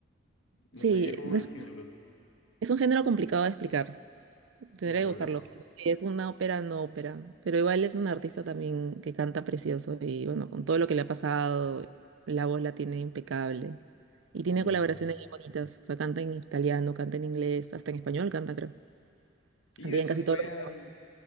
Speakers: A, on the left; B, on the right.
A: no
B: Sí,
A: sabría cómo
B: es,
A: decirlo.
B: es un género complicado de explicar. Tendría
A: Claro,
B: que buscarlo.
A: es... co-
B: pero sí, Es una ópera, no ópera. Pero igual es un artista también que canta precioso y bueno, con todo lo que le ha pasado, la voz la tiene impecable. Y tiene
A: Mm.
B: colaboraciones bien bonitas. O sea, canta en italiano, canta en inglés, hasta en español canta, creo.
A: Sí,
B: Canta
A: de
B: ya
A: hecho
B: en casi
A: fue
B: todos los...
A: a...